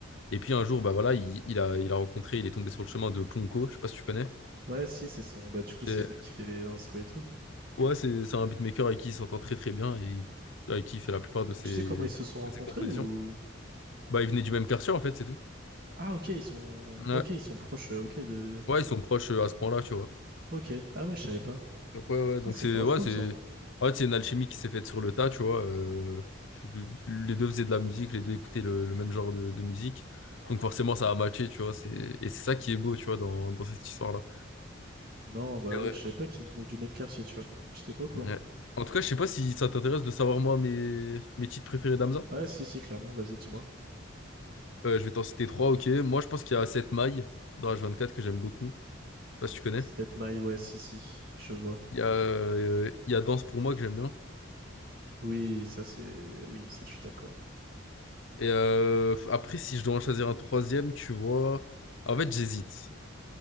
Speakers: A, on the left; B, on the right.
A: Et puis un jour, bah voilà, il, il a, il a rencontré, il est tombé sur le chemin de Ponko, je sais pas si tu connais.
B: Ouais, si, c'est son, bah du coup, c'est
A: Et-
B: le mec qui fait les instruments et tout.
A: ouais, c'est c'est un beatmaker avec qui il s'entend très très bien et avec qui il fait la plupart de ses,
B: Et tu sais
A: de
B: comment ils se sont rencontrés
A: ses compositions.
B: ou?
A: Bah, il venait du même quartier, en fait, c'est tout.
B: Ah ok, ils sont
A: Ouais,
B: ok, ils sont proches, euh, ok de
A: ouais, ils sont proches euh, à ce point-là, tu vois.
B: ok. Ah ouais, je savais pas.
A: Donc ouais, ouais,
B: Putain,
A: donc
B: c'est
A: c'est
B: grave
A: ouais,
B: cool
A: c'est
B: ça. hein.
A: en fait, c'est une alchimie qui s'est faite sur le tas, tu vois. euh, les deux faisaient de la musique, les deux écoutaient le, le même genre de, de musique. Donc forcément, ça a matché, tu vois. c'est- Et c'est ça qui est beau, tu vois, dans, dans cette histoire-là.
B: Non, bah
A: Mais
B: oui,
A: ouais.
B: je savais pas qu'ils venaient du même quartier, tu vois. J'étais pas au courant.
A: Ouais. En tout cas, je sais pas si ça t'intéresse de savoir, moi, mes, mes titres préférés d'Amza.
B: Ouais, si, si, clairement. Vas-y, dis-moi.
A: Euh, je vais t'en citer trois, ok. Moi, je pense qu'il y a 7 mailles dans H24 que j'aime beaucoup. Je sais pas si tu connais.
B: Sept mailles, ouais, si, si, je vois.
A: Il y a, euh, il y a Danse pour moi que j'aime bien.
B: Oui, ça c'est, oui, ça je suis d'accord.
A: Et euh, après, si je dois en choisir un troisième, tu vois... En fait, j'hésite.